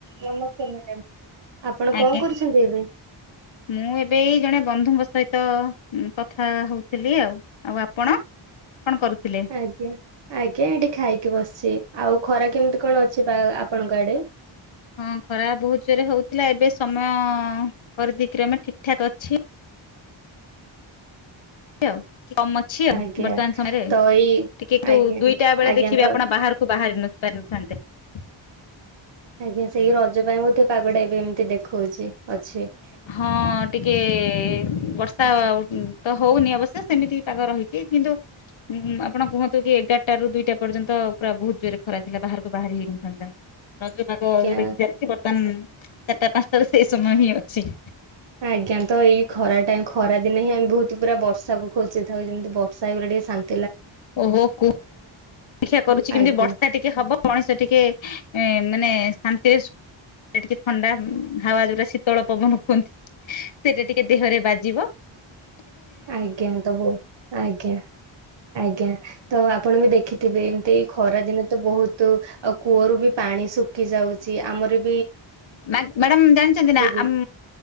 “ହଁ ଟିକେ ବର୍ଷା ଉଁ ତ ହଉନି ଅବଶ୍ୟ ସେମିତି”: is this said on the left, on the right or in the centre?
Left